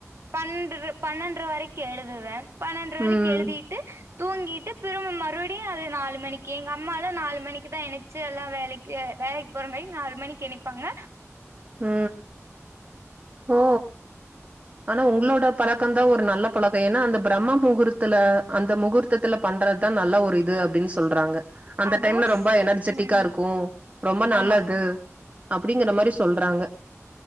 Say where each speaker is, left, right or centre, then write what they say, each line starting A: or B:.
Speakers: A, on the right; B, on the right.
A: பன்ன பன்னெண்ட்ர வரைக்கு எழுதுவே பன்னெண்ட்ர வரைக்கு
B: ம்
A: எழுதிட்டு தூங்கிட்டு திரும்ப மறுபடியு அது நாலு மணிக்கு எங்க அம்மாலா நாலு மணிக்குதா எணச்சு எல்லா வேலைக்கு வேலைக்கு போற வரை நாலு மணிக்கு எந்திரிப்பாங்க
B: உ ஓ ஆனா உங்களோட பழக்கந்தா ஒரு நல்ல பழக்கெ ஏன்னா அந்த பிரம்ம முகூர்த்தல அந்த முகூர்த்தத்துல பண்றதுதா நல்ல ஒரு இது அப்டின்னு சொல்றாங்க அந்த
A: அதுவு
B: டைம்ல ரொம்ப
A: ஸ்
B: எனர்ஜெட்டிக்கா
A: ம்
B: இருக்கு ரொம்ப நல்லது
A: ஆமாங்க
B: அப்டிங்கற மாரிஸ் சொல்றாங்க